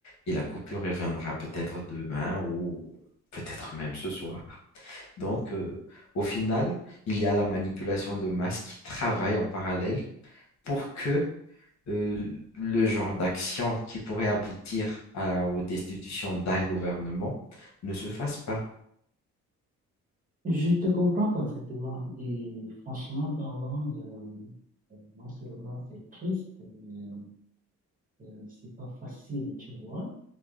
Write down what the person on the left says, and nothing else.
et la coupure reviendra peut-être demain ou peut-être même ce soir. Donc, euh, au final, il y a la manipulation de masse qui travaille en parallèle pour que euh, le genre d'action qui pourrait aboutir à- aux destitutions d'un gouvernement ne se fasse pas.